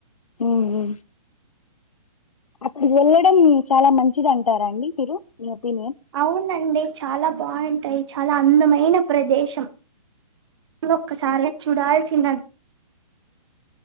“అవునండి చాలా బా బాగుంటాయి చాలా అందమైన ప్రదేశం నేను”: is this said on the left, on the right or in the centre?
Right